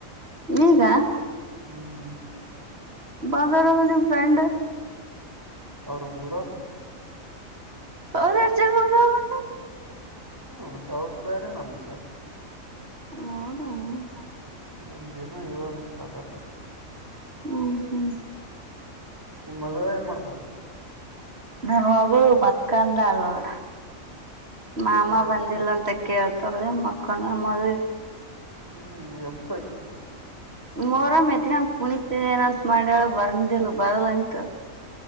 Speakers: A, on the right; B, on the right.
A: ಈಗ
B: ಹ್ಮ್
A: ಬಂದ ರ ನಿಫ್ರೆಂಡ
B: ಅವರು ಮುಗ್ದ
A: ಅವ ಅರ್ಜರ್ ಮುದಂತ
B: ಹ್ಮ ಮತ್ತ ಅವ್ರದ್ದ ಬೇರೆ ನಮ್ದ್ ಬೇರೆ
A: ಹದ ಹ
B: ನಮ ದಿನ ಇವಾಗ ಸ್ಟಾರ್ಟ್ ಆತ
A: ಹ್ಮ್ ಹ್ಮ್
B: ನಿನ್ ಮಗಳ ಏನ್ ಮಾಡ್ತಾ
A: ನನ್ ಮಗ ಮಕ್ಕಂದ ಅಳೋಡ ಮಾಮ
B: ಯಾಕ ಎಬ್ಸು
A: ಬಂದಿಲ್ಲ ಅಂತ ಕೇಳ್ ಸ ಮಕ್ಕಳ ಮಾಡರಿ
B: ಹ್ಮ್ ಈ ಅಬ್ಸಕಿ
A: ಮೋರ ಮೆತ್ಗನ್ ಕುಣಿತ ಏನಂತ ಮಾಡ್ಯಳ ಬರ್ಂದಿಲ್ ಬರಲ್ಂಟು